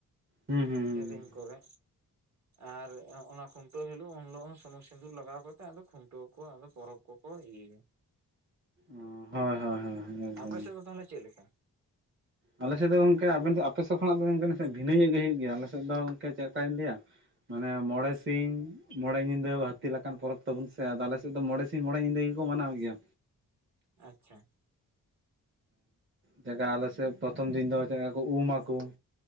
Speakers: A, on the right; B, on the right.
A: ᱦᱩᱸ ᱦᱩᱸ
B: ᱫᱮᱨᱮᱧ ᱠᱚᱨᱮ ᱟᱨ ᱚᱱᱟ ᱠᱷᱚᱱ ᱴᱟᱹᱣ ᱦᱤᱞᱳᱜ ᱩᱱ ᱦᱤᱞᱳ ᱦᱚᱸ ᱥᱩᱱᱩᱢ ᱥᱤᱸᱫᱩᱨ ᱞᱟᱜᱟᱣ ᱠᱟᱛᱮᱜ ᱟᱫᱚ ᱠᱷᱩᱱᱴᱟᱹᱣ ᱠᱚ ᱟᱫᱚ ᱯᱚᱨᱚᱵᱽ ᱠᱚ ᱠᱚ ᱤᱭᱟᱹᱭᱟ
A: ᱚ ᱦᱳᱭ ᱦᱳᱭ ᱦᱳᱭ ᱮᱠᱫᱚᱢ
B: ᱟᱯᱮ ᱥᱮᱫ ᱫᱚ ᱛᱟᱦᱞᱮ ᱪᱮᱫᱞᱮᱠᱟ
A: ᱟᱞᱮ ᱥᱮᱫ ᱫᱚ ᱜᱚᱝᱠᱮ ᱟᱵᱮᱱ ᱟᱯᱮ ᱥᱮᱫ ᱠᱷᱚᱱᱟᱜ ᱫᱚ ᱵᱷᱤᱱᱟᱹ ᱧᱚᱜ ᱜᱮ ᱦᱩᱭᱩᱜ ᱜᱮᱭᱟ ᱟᱞᱮᱫ ᱫᱚ ᱝᱠᱮ ᱪᱮᱫ ᱞᱮᱠᱟᱧ ᱞᱟᱹᱭᱟ ᱢᱟᱱᱮ ᱢᱚᱬᱮ ᱥᱤᱧᱝ ᱢᱚᱬᱮ ᱧᱤᱫᱟᱹ ᱦᱟᱹᱛᱤ ᱞᱮᱠᱟᱱ ᱯᱚᱨᱚᱵᱽ ᱛᱟᱵᱚᱱ ᱥᱮ ᱟᱫᱚ ᱟᱞᱮ ᱥᱮᱫ ᱫᱚ ᱢᱚᱬᱮ ᱥᱤᱧ ᱢᱚᱬᱮ ᱧᱤᱫᱟᱹ ᱜᱮᱠᱚ ᱢᱟᱱᱟᱣ ᱜᱮᱭᱟ
B: ᱟᱪᱪᱷᱟ
A: ᱪᱮᱫᱮᱠᱟ ᱟᱞᱮᱥᱮᱫ ᱯᱨᱚᱛᱷᱚᱢ ᱫᱤᱱ ᱫᱚ ᱪᱮᱫᱠᱟ ᱠᱚ ᱩᱢ ᱟᱠᱚ